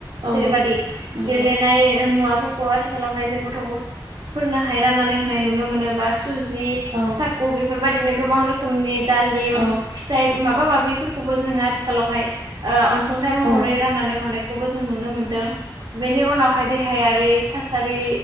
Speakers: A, on the right; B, on the right.
A: औ
B: जेरैबायादि
A: औ नंगौ
B: गेलेनाय मुवाफोरखौ आथिखालावहाय जों गथ'फोरनोहाय राननानै होनाय नुनो मोनो बा सुजि
A: औ।
B: बेफोरबायदिनो गोबां रोखोमनि दालिम
A: औ
B: फिथाइ माबा माबा माबिफोरखौबो जोङो आथिखालावहाय ओ अनसुंथाइ महरै
A: औ
B: राननानै हरनायखौबो जों नुनो मोनदों बेनि उनावहाय
A: औ
B: देहायारि थासारि